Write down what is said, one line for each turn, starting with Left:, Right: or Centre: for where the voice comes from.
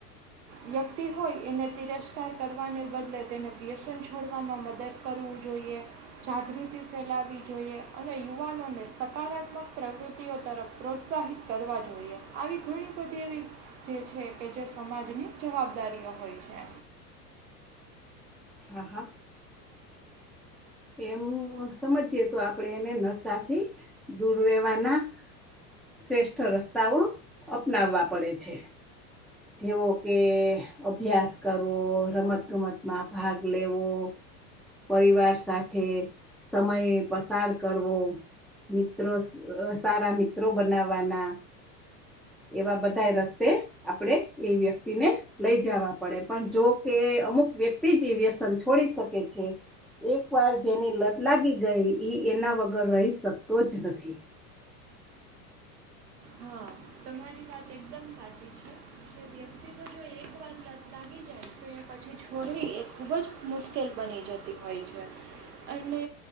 Right: વ્યક્તિ હોય એને તિરસ્કાર કરવાને બદલે તેને વ્યસન છોડવામાં મદદ કરવું જોઈએ જાગૃતિ ફેલાવી જોઈએ. અને યુવાનોને સકારાત્મક પ્રવૃત્તિઓ તરફ પ્રોત્સાહિત કરવા જોઈએ. આવી ઘણી બધી એવી જે છે કે જે સમાજની જવાબદારીઓ હોય છે.
Centre: હા હા. એમ સમજીએ તો આપણે એને નશાથી દૂર રહેેવાના શ્રેષ્ઠ રસ્તાઓ અપનાવવા પડે છે. જેવો કે અભ્યાસ કરવો રમત ગમતમાં ભાગ લેવો પરિવાર સાથે સમય પસાર કરવો. મિત્રો સ અ સારા મિત્રો બનાવવાના એવા બધા રસ્તે આપણે એ વ્યક્તિને લઈ જવા પડે પણ જો કે અમુક વ્યક્તિ વ્યસન છોડી શકે છે. એક વાર જેની લત લાગી ગઈ એ એના વગર રહી શકતો જ નથી.
Right: હા તમારી વાત એકદમ સાચી છે. વ્યક્તિને જો એક વાર લત લાગી જાય તો એ પછી છોડવી એ ખૂબ જ મુશ્કેલ બની જતી હોય છે. અને